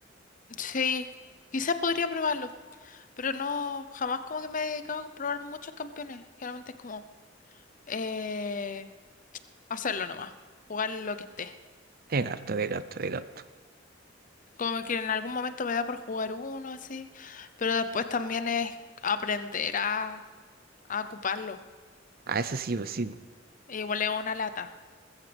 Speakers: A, on the left; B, on the right.
A: sí, quizás podría probarlo, pero no, jamás como que me he dedicado a probar muchos campeones. Generalmente es como eh, hacerlo nomás, jugar lo que esté.
B: De gato, de gato, de gato.
A: Como que en algún momento me da por jugar uno así, pero después también es aprender a, a ocuparlo.
B: Ah, eso sí, pues sí. pues.
A: E Igual es una lata.